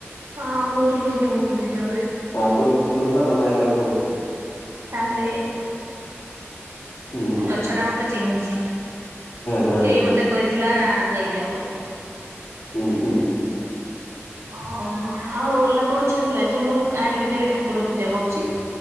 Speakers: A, on the right; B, on the left.
A: ହଁ ବହୁତ ବହୁତ ଫୁଟୁଛି ତ ଏବେ।
B: ଆଗରୁ ଫୁଟୁ ନଥିଲା ତମେ ଆଇଲା ପରେ ବହୁତ ଫୁଟୁଛି।
A: ତାହେଲେ
B: ହୁଁ ହୁଁ
A: ଗଛ ଟା ମତେ ଚିହ୍ନିଛି।
B: ହଁ
A: ଏଇ
B: ହଁ ହଁ
A: ମତେ କହିଥିଲା ନେଇଯାଅ ବୋଲି।
B: ହୁଁ ହୁଁ ହୁଁ।
A: ଓ ଆଉ ଗୋଲାପ ଗଛ ହେଲା ଯେ ମୁଁ ଆଣିକି ଡେଲି ଠାକୁର ପୂଜା କରୁଛି।